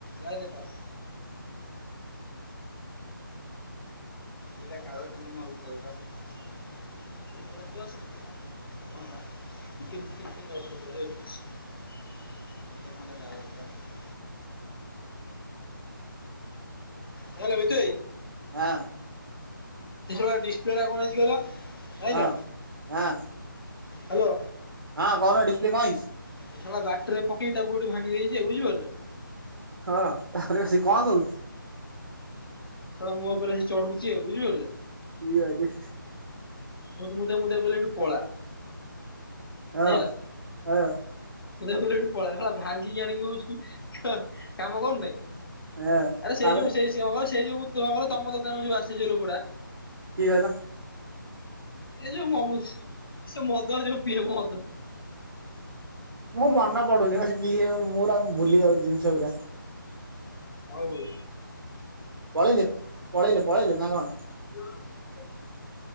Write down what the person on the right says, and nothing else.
ହଁ
ହଁ ହଁ
ହଁ କହୁନ ଡିସପ୍ଲେ କଣ ହେଇଛି?
ହଁ ତାପରେ ଆସି କଣ କହୁଛି?
ପିଅ ଆଜି।
ଏଅ, ଏ
ହଁ
ତାପରେ
କିଏ କହିଲ?
ମୁଁ ମନ ପଡୁନି ବା ସିଏ କିଏ ମୋର ଆଉ ଭୁଲି ଯାଉଚି ସେଉରା।
ପଳେଇଲେ ପଳେଇଲେ ପଳେଇଲେ ନା କଣ?